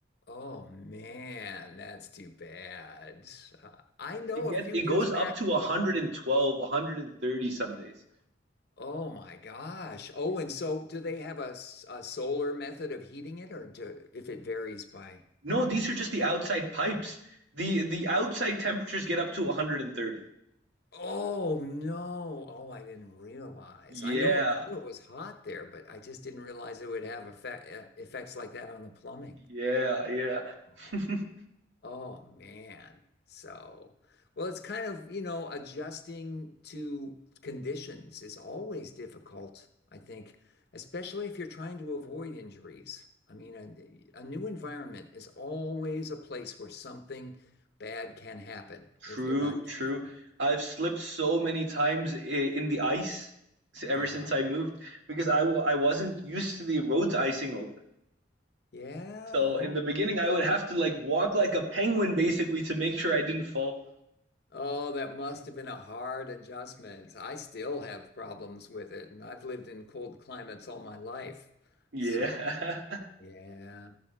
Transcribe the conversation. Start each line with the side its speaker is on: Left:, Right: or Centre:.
Left: Oh man, that's too bad. Uh, I know
Right: It get
Left: a few
Right: it
Left: years
Right: goes
Left: back.
Right: up to 112, 130 some days.
Left: Oh my gosh. Oh, and so do they have a, s- a solar method of heating it, or do if it varies by?
Right: No, these are just the outside pipes. The the outside temperatures get up to 130.
Left: Oh no. Oh, I didn't realize.
Right: Yeah.
Left: I know I knew it was hot there, but I just didn't realize it would have effect, uh, effects like that on the plumbing.
Right: Yeah, yeah.
Left: Oh,
Right: <laughs>
Left: Oh man. So, well, it's kind of, you know, adjusting to conditions is always difficult, I think, especially if you're trying to avoid injuries. I mean, a, a new environment is always a place where something bad can happen
Right: True,
Left: if you're not
Right: true.
Left: careful.
Right: I've slipped so many times i- in the ice s- ever
Left: Yeah.
Right: since I moved because I w- I wasn't used to the roads icing over.
Left: Yeah.
Right: So
Left: Oh,
Right: in the beginning, I would have to like walk like a penguin basically to make sure I didn't fall.
Left: oh, that must have been a hard adjustment. I still have problems with it, and I've lived in cold climates all my life.
Right: Yeah.
Left: So, yeah.